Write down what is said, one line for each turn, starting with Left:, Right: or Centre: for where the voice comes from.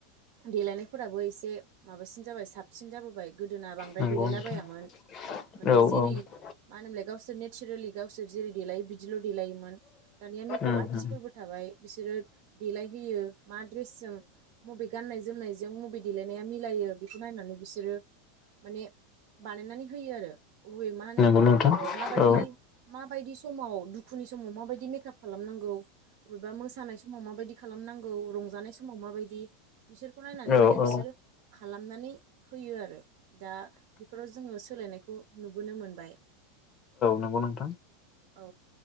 Right: देलायनायफोराबो एसे। एसे माबासिन जाबाय साबसिन जाबोबाय गोदोना बांद्राय
Left: नंगौ
Right: देलायलाबायामोन।
Left: नोंथां
Right: माने
Left: औ
Right: जिरि।
Left: औ उम
Right: मानो होनोमलाय गावसोर नेचारेलि गावसोर जेरै देलायो बिदिल' देलायोमोन दानिया मेकआप
Left: उम
Right: आरटिस फोरबो थाबाय। बाय बिसोर देल होयो मा द्रेसजों मबे गनाय जनायजों मबे देलनाया। मिलायो बेखौ नायनानै बिसोरो माने। बानायनानै होयो आरो गुबै मा होनो
Left: नंगौ नोंथां
Right: ओ माबायदि-माबायदि
Left: औ
Right: समाव। दुखुनि समाव माबायदि मेकआप खालामनांगौ। अबेबा मोसानाय समाव माबायदि खालामनांगौ रंजानाय समाव माबायदि बिसोरखौ नायनानै
Left: औ
Right: माने
Left: औ
Right: बिसोरो। खालामनानै होयो आरो दा। बेफोराव जोङो सोलायनायखौ नुबोनो मोनबाय।
Left: नंगौ नोंथां
Right: औ